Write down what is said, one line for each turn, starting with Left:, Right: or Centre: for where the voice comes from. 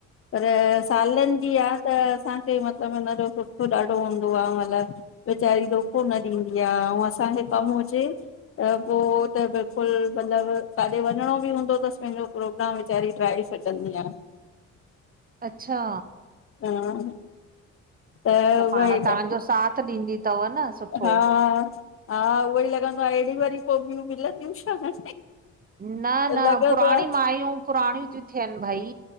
Left: पर सालन जी आ, त असांखे मतलब हुनजो सुख ॾाढो हूंदो आ, मतलब। वेचारी धोखो न ॾींदी आ, अऊं असांखे कम हुजे त पो त, बिल्कुल मतलब काथे वञणो बि हूंदो तस, पैंजो प्रोग्राम विचारी ड्राहे छॾंदी आ।
Right: अच्छा
Left: हा त, उहई
Right: पाण तव्हांजो
Left: त,
Right: साथ ॾींदी अथव न सुठो।
Left: हा हा, उहोई लॻंदो आ, एड़ी वरी पो ॿयूं मिलंदयूं छा?
Right: न न,
Left: लॻंदो
Right: पुराणी
Left: आ
Right: मायूं पुराणयूं त्यूं थ्यन भाई।